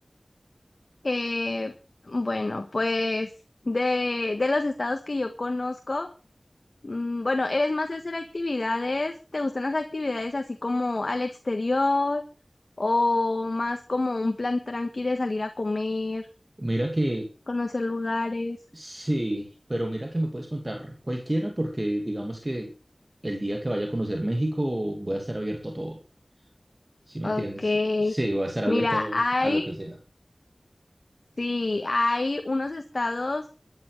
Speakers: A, on the left; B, on the right.
A: Eh, bueno, pues de, de los estados que yo conozco, mm, bueno, ¿eres más de hacer actividades? ¿Te gustan las actividades así como al exterior o más como un plan tranqui de salir a comer,
B: Mira que
A: conocer lugares?
B: sí, pero mira que me puedes contar cualquiera porque digamos que el día que vaya a conocer México voy a estar abierto a todo. ¿Sí me
A: Ok,
B: entiendes? Sí, voy a estar
A: mira,
B: abierto
A: hay,
B: a lo que sea.
A: sí, hay unos estados